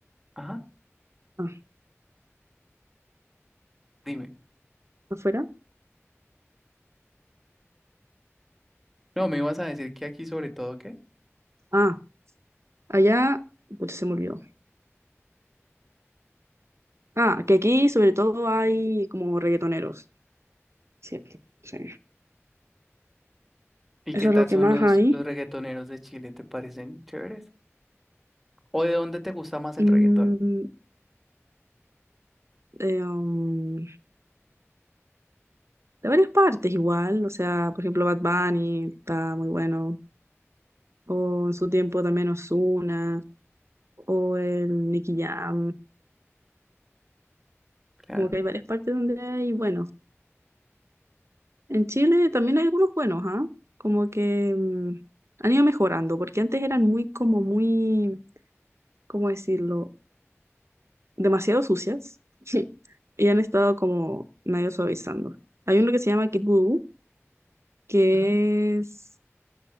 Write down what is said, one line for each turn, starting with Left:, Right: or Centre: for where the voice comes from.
Centre: Ajá,
Right: ah,
Centre: dime.
Right: afuera,
Centre: No, me ibas a decir que aquí sobre todo, ¿qué?
Right: ah, allá, pucha, se me olvidó. Ah, que aquí sobre todo hay como reggaetoneros, cierto, sí.
Centre: ¿Y
Right: Eso
Centre: qué tal
Right: es lo que
Centre: son
Right: más
Centre: los,
Right: hay.
Centre: los reggaetoneros de Chile? ¿Te parecen chéveres? ¿O de dónde te gusta más el
Right: Mm,
Centre: reggaetón?
Right: eh, um, de varias partes igual, o sea, por ejemplo Bad Bunny está muy bueno, o en su tiempo también Ozuna, o el Nicky Jam,
Centre: Claro.
Right: como que hay varias partes donde hay buenos. En Chile también hay algunos buenos, ¿ah? Como que mm, han ido mejorando, porque antes eran muy, como muy, ¿cómo decirlo? Demasiado sucias. <laughs> Y han estado como medio suavizando. Hay uno que se llama Kid Voodoo, que
Centre: Ajá,
Right: es,